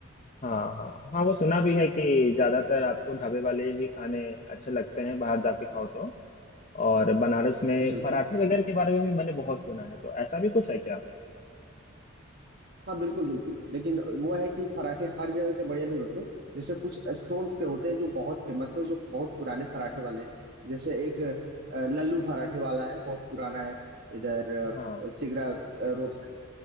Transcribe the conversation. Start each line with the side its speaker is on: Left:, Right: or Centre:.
Left: हाँ हाँ हाँ वो सुना भी है कि ज्यादातर आपको ढाबे वाले ही खाने अच्छे लगते हैं बाहर जाके खाओ तो और बनारस में
Right: बिल्कुल
Left: पराठे वगैरह के बारे में भी मैंने बहुत सुना है तो ऐसा भी कुछ है क्या
Right: हाँ बिल्कुल बिल्कुल लेकिन वो है कि पराठे हर जगह के बढ़िया नहीं होते जैसे कुछ स्टॉल्स के होते हैं जो बहुत फेमस है जो बहुत पुराने पराठे वाले हैं जैसे एक अ, लल्लू पराठे वाला है बहुत पुराना है इधर
Left: हाँ
Right: अ, सिगरा अ, रोड साइड